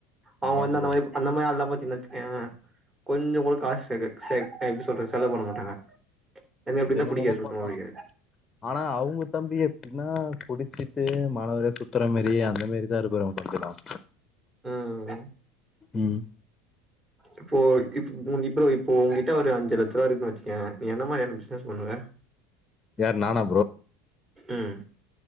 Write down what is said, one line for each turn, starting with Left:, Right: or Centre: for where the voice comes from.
Right: அவுங்க
Left: அதா
Right: வந்து
Left: ப்ரோ
Right: அந்த மாரி அந்த மாரி ஆள்லாம் பாத்தீங்கன் வச்சுக்கோய கொஞ்சம் கூட காசு சே சேக்க எப்படி சொல்றது செலவு பண்ண மாட்டாங்க என்ன எப்படின்னா
Left: நம்ம
Right: புடிக்காது
Left: கூட
Right: சுத்தமா
Left: பாப்பாங்களா
Right: புடிக்காது
Left: ஆனா அவுங்க தம்பி எப்டின்னா குடிச்சிட்டு மாணவரி சுத்துற மாரி அந்த மாரி இப்டி தா இருப்பாரு உன் ஃப்ரெண்ட்ஸ் எலாம்
Right: ம்
Left: உம்
Right: இப்போ இப் இப்போ இப்போ உங்கிட்ட ஒரு அஞ்சு லட்ச ரூபா இருக்குனு வச்சுக்கோய நீ என்ன மாதிரியான பிஸ்னஸ் னஸ் பண்ணுவ
Left: யார் நானா
Right: உம்